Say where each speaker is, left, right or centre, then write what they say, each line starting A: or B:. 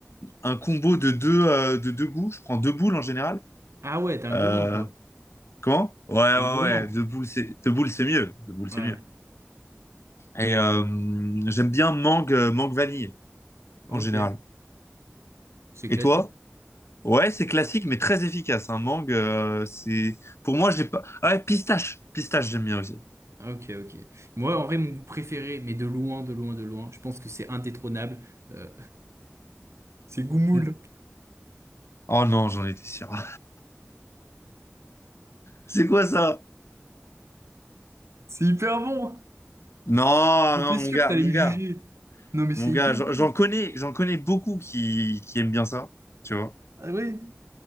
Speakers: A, on the left (about 70°); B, on the right (about 80°).
A: un combo de deux euh, de deux goûts. Je prends deux boules en général.
B: Ah ouais, t'es un
A: Euh,
B: gourmand, toi.
A: comment? Ouais ouais
B: Un gourmand.
A: ouais, deux boules c'est deux boules c'est mieux, deux boules c'est
B: Ouais,
A: mieux. Et euh, j'aime bien mangue euh, mangue vanille
B: ok.
A: en général.
B: C'est
A: Et
B: classique.
A: toi? Ouais, c'est classique, mais très efficace. Un mangue, euh, c'est... Pour moi, j'ai pas... Ah ouais, pistache. Pistache, j'aime bien aussi.
B: Ah, Ok, ok. Moi, en vrai, mon goût préféré, mais de loin, de loin, de loin, je pense que c'est indétrônable. euh, <laughs> c'est Goumoul.
A: Mm. Oh non, j'en étais sûr. <laughs> C'est quoi ça?
B: C'est hyper bon.
A: Non,
B: J'étais
A: non,
B: sûr
A: mon gars,
B: que t'allais
A: mon
B: me juger.
A: gars.
B: Non, mais c'est
A: Mon gars,
B: hyper
A: j'en
B: bon.
A: j'en connais, j'en connais beaucoup qui, qui aiment bien ça, tu vois.
B: Ah oui.